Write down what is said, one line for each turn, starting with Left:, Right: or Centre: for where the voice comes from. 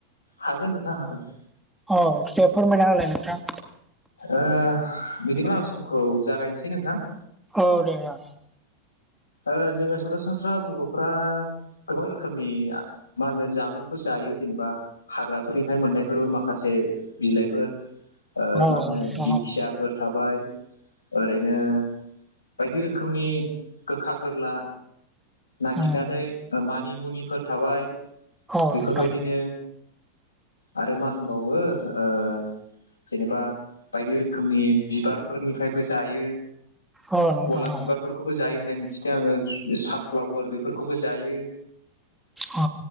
Left: हागोन नोंथां हागोन
Centre: अ दे फोरमायना होलाय नोंथां
Left: ओ बिदिब्ला आं समखौ जागायनोसै नोंथां
Centre: औ दे ओ
Left: ओ जोङो सरासनस्रा बर'फोरा गोबां रोखोमनि मा होनो जामुंखौ जायो जेनेबा हाग्राफोरनिफ्राय मोननायफोरबो माखासे बिलाइफोर ओ
Centre: औ
Left: मा होनो
Centre: नोंथां
Left: दिंखिया फोर थाबाय ओरैनो बायदि रोखोमनि गोखा गोरला नागिरनानै
Centre: औ
Left: ओ मानि मुनिफोर थाबाय बेफोरबायदिनो
Centre: उम नोंथां
Left: आरो मा होनबावो ओ जेनेबा बायदि रोखोमनि बिबारफोरनिफ्रायबो जायो।
Centre: औ नोंथां
Left: गलाब
Centre: औ नोंथां औ
Left: बिबारफोरखौबो जायो होननाय मिथिदों आङो सानफ्लावार बेफोरखौबो जायो
Centre: अ